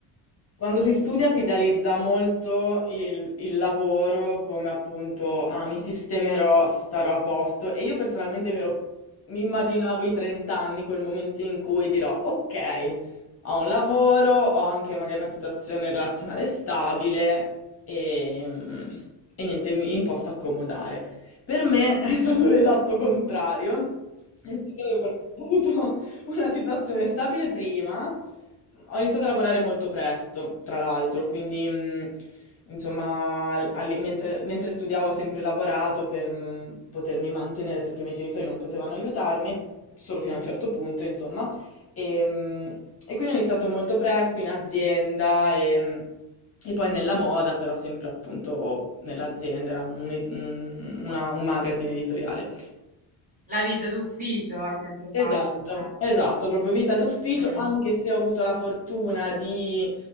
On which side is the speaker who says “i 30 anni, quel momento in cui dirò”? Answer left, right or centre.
Left